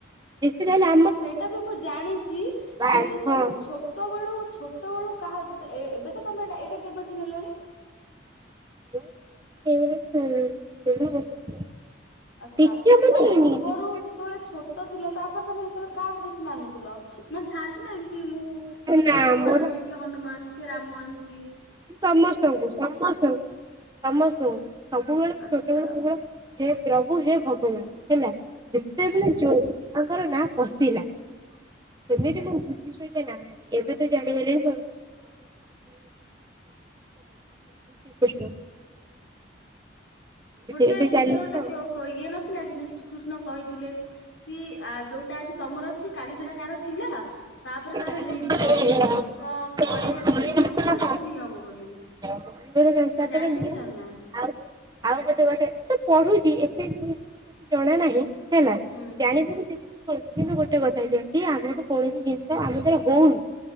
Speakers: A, on the right; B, on the left.
A: ଯେତେ ଯାହାଲେ ଆ
B: ହଁ ସେଇଟା ବି ମୁଁ ଜାଣିଚି
A: ବାସ୍
B: କିନ୍ତୁ
A: ହଁ
B: ତମ ଛୋ ଛୋଟବେଳୁ ଛୋଟବେଳୁ କାହାର ଯେତେ ଏବେ ତମେ ଏଇଟା କେବେଠୁ ନେଲଣି
A: <unintelligible>
B: ଆଚ୍ଛା
A: ଦେଖିବା ମୁଁ
B: ତା
A: ନେଇନି
B: ପୂର୍ବରୁ
A: ଦେଖିବା
B: ଯେତେବେଳେ ଛୋଟ ଥିଲ ତାପରେ ତମେ ସେତେବେଳେ କାହାକୁ ବେଶୀ ମାନୁଥିଲ ମାନେ ଥାଆନ୍ତି ନା ଏମିତି ମୁଁ କିଏ
A: ନା
B: ଶିବ ଙ୍କୁ
A: ମୋର
B: ମାନନ୍ତି କିଏ ହନୁମାନ କିଏ ରାମ ଏମତି
A: ସମସ୍ତଙ୍କୁ ସମସ୍ତଙ୍କୁ ସମସ୍ତଙ୍କୁ ସବୁବେଳେ
B: ଆଚ୍ଛା
A: ଛୋଟବେଳୁ କେବଳ ହେ ପ୍ରଭୁ ହେ ଭଗବାନ ହେଲା ଯେତେବେଳେ ଯୋଉ ତାଙ୍କର ନାଁ ପଶିଲା
B: ଁ
A: ତମେ ବି ମୁଁ <unintelligible> ନାହାନ୍ତି ଏବେ ତ ଜାଣି ଗଲେଣି ଆଉ। <unintelligible>
B: ଗୋଟେ
A: ଏଇଠି
B: ସେଥିରେ
A: ଚାଲିଛି ଆଉ।
B: ଗୋଟେ ଇଏ ନଥିଲା କି ଯୋ ଶ୍ରୀକୃଷ୍ଣ କହିଥିଲେ କି ଆ ଯୋଉଟା ଆଜି ତମର ଅଛି କାଲି ସେଟା କାହାର ଥିଲା। ତାପକାର
A: ପରିବାର
B: ହେଇଯିବ ତ ପରିବର୍ତ୍ତନ ସଂସାରର ନିୟମ ବୋଲି
A: ପରିବାର
B: ଏଇଟା
A: ଯେହେଟୁ
B: ଜାଣିଛ
A: ପମାନେ
B: କି ଜାଣିନା?
A: ଆଉ ଆଉ ଗୋଟେ କଥା ମୁଁ ତ ପଢୁ। ଛି ଏତେ କିଛି ମତେ ଜଣା ନାହିଁ ହେଲା
B: ହୁଁ
A: ଜାଣିବାକୁ ଚେଷ୍ଟା କରୁଛି କିନ୍ତୁ ଗୋଟେ କଥା ଯଦି ଆମ ଗୋଟେ କୌଣସି ଜିନିଷ ତ ଆମର ଦ୍ୱାର ହୋଉନି